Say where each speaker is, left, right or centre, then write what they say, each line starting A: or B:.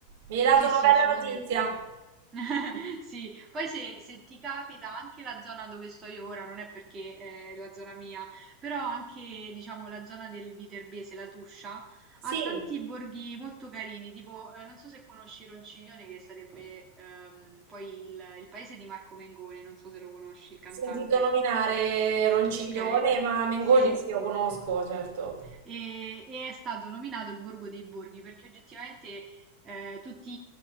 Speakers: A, on the right; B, on the right.
A: Mi hai dato
B: Sì,
A: una
B: sì,
A: bella
B: assolutamente.
A: notizia.
B: <laughs> Sì, poi se, se ti capita anche la zona dove sto io ora, non è perché eh, è la zona mia, però anche diciamo la zona del Viterbese, la Tuscia,
A: Sì,
B: ha tanti
A: ho
B: borghi molto carini, tipo eh, non so se conosci Ronciglione che sarebbe ehm, poi il, il paese di Marco Mengoni, non so se lo conosci, il cantante.
A: sentito nominare Ronciglione,
B: Ok,
A: ma Mengoni
B: sì
A: sì, lo conosco, certo.
B: e, e è stato nominato il Borgo dei Borghi perché oggettivamente eh, tutti